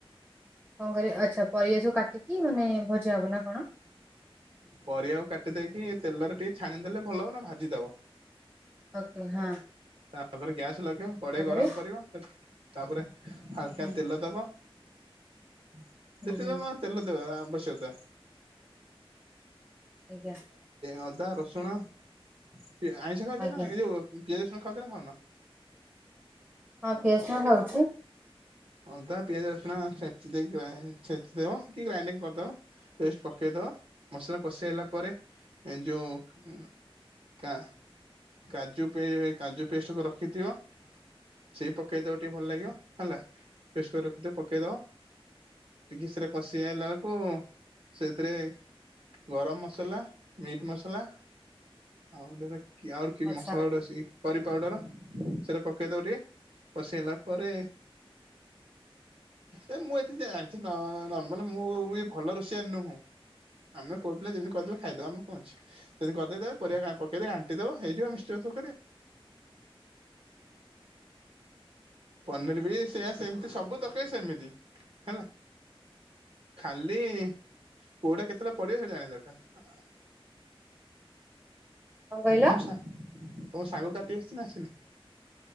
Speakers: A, on the right; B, on the right.
A: କଣ କରିବ ଆଛା ପରିବା ସବୁ କାଟିକି ମାନେ ଭଜା ହବ ନା କଣ
B: ପରିବାକୁ କାଟି ଦେଇକି ତେଲରେ ଟିକେ ଛାଣିଦେଲେ ଭଲ ହବ ନହେଲେ ଭାଜିଦବ।
A: ଓକେ ହଁ।
B: ତାପର ଗ୍ୟାସ୍ ଲଗେଇ କଡେଇ
A: ତାପରେ
B: ଗରମ କରିବ ତାପରେ ହାଲକା
A: ହୁଁ
B: ତେଲ ଦବ। <unintelligible>
A: ହୁଁ
B: ତେଲ
A: ହୁଁ
B: ଦବା। କସି ଅଦା।
A: ଆଜ୍ଞା
B: ଅଦା ରସୁଣ ଆଇଁଷ ଖାଉଛ
A: ଆଜ୍ଞା
B: ନା ଏ ଯୋଉ ପିଆଜ ରସୁଣ ଖାଉଛ ନା ଖାଉନ?
A: ପିଆଜ ରସୁଣ ହଁ ଖାଉଛି।
B: ଅଦା ପିଆଜ ରସୁଣ ଛେଚି ଦେଇ ଗ୍ରା ଛେଚିଦେବ କି ଗ୍ରାଇଣ୍ଡିଙ୍ଗ୍ କରିଦେବ ପେଷ୍ଟ୍ ପକେଇଦବ ମସଲା କଷି ହେଲା ପରେ ଏଯୋଉ କାଜୁ ପେ କାଜୁ ପେଷ୍ଟ କୁ ରଖିଥିବ ସେଇ ପକାଇଦବ ଟିକେ ଭଲ ଲାଗିବ ହେଲା। ପେଷ୍ଟ୍ କରି ରଖିଥିବ ପକେଇ ଦବ ଟିକେ ସେ କଷି ହେଇଆଇଲା ବେଳକୁ ସେଥିରେ ଗରମ ମସଲା ମିଟ୍ ମସଲା ଆଉ କି ଆଉରି କି
A: ଆଚ୍ଛା।
B: ମସଲା ଗୋଟେ ଅଛି କରି ପାଉଡର। ସେଟା ପକେଇ ଦବ ଟିକେ କଷି ହେଇଗଲା ପରେ ସେମୁଁ ଏତେ ଜାଣିଛି ନର୍ମାଲ ମୁଁ ବି ଏତେ ଭଲ ରୋଷେଇୟା ନୁହଁ ଆମେ ପୁଅ ପିଲ ଯେମିତି କରିଦେଲେ ଖାଇଦବା ମ ଆମର କଣ ଅଛି ସେମିତି କରିଦେଇଦବ ପରିବା ପକେଇ ଦେଇ ଘାଣ୍ଟିଦବା ହେଇଯିବ ମିକ୍ସର ତ <unintelligible> ପନିର୍ ବି ସେଆ ସେମିତି ସବୁ ତରକାରୀ ସେମିତି ହେଲା ଖାଲି କୋଉଟା କେତେବେଳେ ପଡିବ ସେଇଟା ଜାଣିବା ଦରକାର।
A: କଣ କହିଲ
B: ତମ ସା ତମ କୁ ଶାଗ କାଟି ଆସିଚି ନା ଆସିନି?